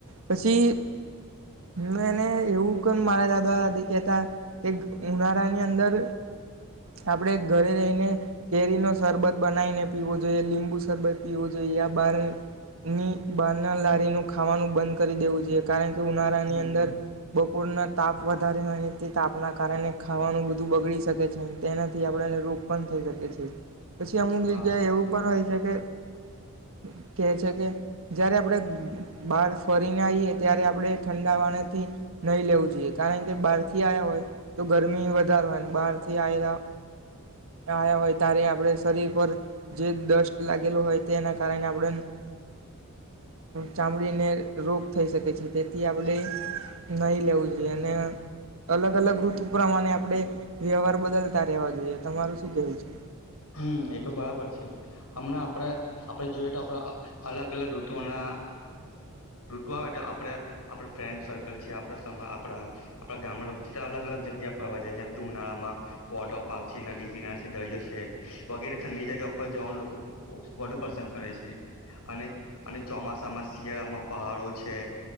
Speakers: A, on the right (about 65°); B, on the left (about 85°).
A: પછી, હું એને એવું ક મારા દાદા દાદી કેહેતા, કે ઉનાળાની અંદર આપણેે ઘરે રહીને, કેરી નો શરબત બનાવીને પીવો જોઈએ, લીંબુ શરબત પીવું જોઈએ, આ બારની બારના લારીનું ખાવાનું બંધ કરી દેવું જોઈએ, કારણ કે ઉનાળાની
B: હમ
A: અંદર બપોરના તાપ વધારે હોય, તે તાપના કારણે ખાવાનું બધું બગડી શકે છે, તેના થી આપણે એને રોગ પણ થઈ શકે છે, પછી અમુક
B: હા
A: જગ્યાએ એવું પણ હોય છે, કે કે છે, કે જયારે આપણે બહાર ફરીને આવીઈએ ત્યારે આપણે ઠંડાવાનેથી નહીં લેવું જોઈએ, કારણ કે કે, બહારથી આવ્યા હોય, તો ગરમી વધારે હોય, બહારથી આવેલા આવયા હોય તારે આપડે શરીર પર જે દસ્ટ્ટ લાગેું હોય, કારણે આપણે, ચામડીને રોગ થઈ શકે છે, તેથી આપણે નહીં લેવું જોઈએ, અને અલગ અલગ ઋતુ પ્રમાણે આપણે વ્યવહાર બદલતા રહેવા જોઈએ, તમારું શું કેવું છે.
B: હમ એ તો બરાબર છે, હમણાં આપણે આપડ જોયએ તો આપણા અલગ અલગ ઋતુઓના ઋતુ આવે તો આપણે આપણા ફ્રેન્ડ સર્કલ છે, આપણા આપણા આપણા ગામના લોકો છે, તો અલગ અલગ જગ્યા ફરવા જાય જેમ કે ઉનાળામાં વોટર પાર્ક છે નદી કિનાર છે દરિયો છે. વગેરે ઠંડી જગ્યા ઉપર જવાનું લોકો વધુ પસંદ કરે છે, અને અને ચોમાસામાં શિયાળામાં પહાડો છે,